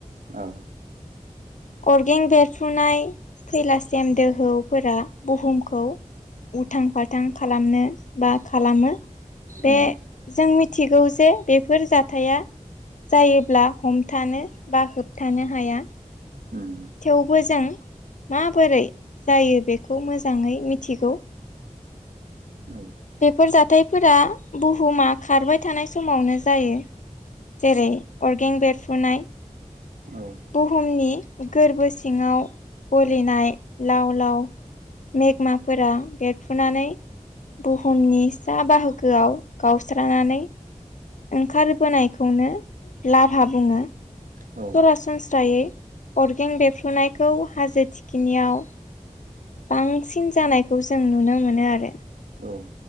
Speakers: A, on the right; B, on the left.
A: औ
B: अरगें बेरफ्रुनाय फैलासेम दोहौफोरा बुहुमखौ उथां फाथां खालामनो बा खालामो। बे
A: उम
B: जों मिथिगौ जे बेफोर जाथाया जायोब्ला हमथानो बा होबथानो हाया।
A: उम
B: थेवबो जों माबोरै जायो बेखौ मोजाङै मिथिगौ।
A: औ
B: बेफोर जाथायफोरा बुहुमा खारबाय थानाय समावनो जायो। जेरै अरगें बेरफुनाय।
A: औ
B: बुहुमनि गोरबो सिङाव गलिनाय लाव लाव मेगमाफोरा बेरफ्रुनानै बुहुमनि सा बाहागोआव गावस्रानानै ओंखारबोनायखौनो लाभा बुङो।
A: औ
B: सरासनस्रायै अरगें बेफ्रुनायखौ हाजो थिखिनियाव बांसिन जानायखौ जों नुनो मोनो आरो।
A: औ